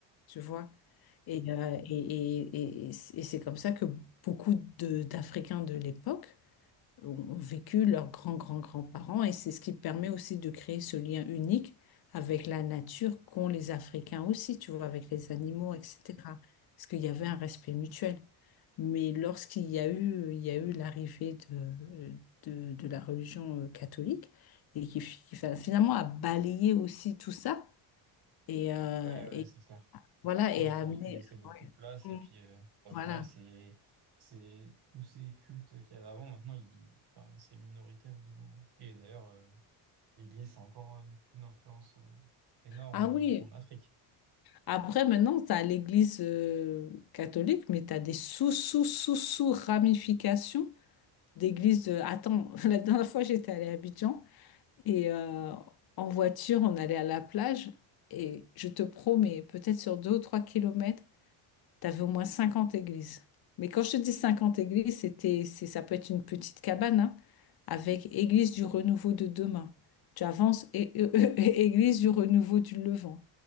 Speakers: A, on the left (about 50°); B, on the right (about 55°).
A: tu vois. Et, euh, et, et- et- et c'est comme ça que beaucoup de- d'Africains de l'époque ont ont vécu leurs grands-grands-grands-parents et c'est ce qui permet aussi de créer ce lien unique avec la nature qu'ont les Africains aussi, tu vois, avec les animaux,
B: Mm.
A: etc. Parce qu'il y avait un respect mutuel. Mais lorsqu'il y a eu, il y a eu l'arrivée de, de, de la religion euh, catholique et qui, fi- qui fin- finalement a balayé aussi tout ça et, euh,
B: Ouais, ouais,
A: et
B: c'est clair.
A: voilà
B: Oui,
A: et a
B: qui
A: amené
B: a pu laisser beaucoup
A: ouais.
B: de place,
A: Mm.
B: et puis euh, au
A: voilà.
B: final c'est c'est tous ces cultes qu'il y avait avant, maintenant ils, enfin, c'est minoritaire devant. Et d'ailleurs euh, l'Église a encore euh, une influence euh, énorme
A: Ah
B: euh,
A: oui.
B: en Afrique.
A: Après, maintenant, tu as l'Église euh, catholique, mais tu as des sous, sous, sous, sous ramifications d'églises. De... Attends, <laughs> la dernière fois, j'étais allée à Abidjan et euh, en voiture, on allait à la plage et je te promets, peut-être sur deux ou trois kilomètres, T'avais au moins 50 églises. Mais quand je te dis 50 églises, c'était, c'est, ça peut être une petite cabane, hein, avec Église du renouveau de demain. Tu avances et, et- <laughs> Église du renouveau du Levant.